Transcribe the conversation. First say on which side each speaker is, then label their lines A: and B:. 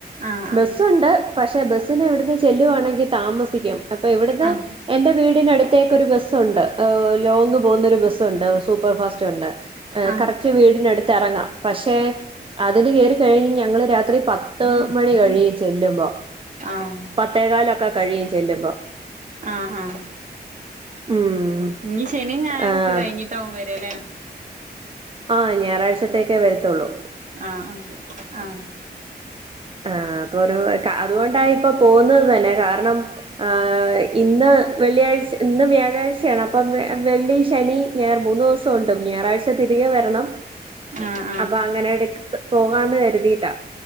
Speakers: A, on the right; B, on the right.
A: ആഹ്
B: ബസ്സൊണ്ട് പഷേ ബസ്സിന് ഇവിടുന്ന് ചെല്ലുവാണെങ്കി താമസിക്കും അപ്പൊ ഇവിടുന്ന്
A: ആഹ്
B: എന്റെ വീടിനടു ത്തേക്കൊരു ബസ്സൊണ്ട് ഏഹ് ലോങ് പോകുന്നൊരു ബസ്സൊണ്ട് സൂപ്പർഫാസ്റ്റ് ഒണ്ട് ഏഹ്
A: ആഹ്
B: കറക്റ്റ് വീടിനടുത്ത് എറങ്ങാം പഷേ അതിന് കേറി കഴിഞ്ഞ് ഞങ്ങള് രാത്രി പത്ത് മണി കഴിയും ചെല്ലുമ്പോ
A: ആഹ്
B: പത്തേകാലൊക്കെ കഴിയും ചെല്ലുമ്പൊ
A: ആഹ് ആഹ്
B: ഉം
A: ഇനി ശനി ഞായറുക്കെ
B: ആഹ്
A: കഴിഞ്ഞിട്ടാവും വര്ല്ലേ
B: ആഹ് ഞായറാഴ്ചത്തേക്കേ വരത്തൊള്ളൂ.
A: ആഹ് ആഹ് ആഹ്
B: ആഹ് തോരം അത് കൊണ്ടായിപ്പൊ പോവുന്നത് തന്നെ കാരണം ആ ഇന്ന് വെള്ളിയാഴ്ച ഇന്ന് വ്യാഴാഴ്ചയാണ് അപ്പം വെള്ളി ശനി ഞായർ മൂന്ന് ദിവസോണ്ട് ഞായറാഴ്ച തിരികെ വരണം.
A: ആഹ് ആഹ്
B: അപ്പ അങ്ങനെടക്ക് പോകാന്ന് കര്തീട്ടാ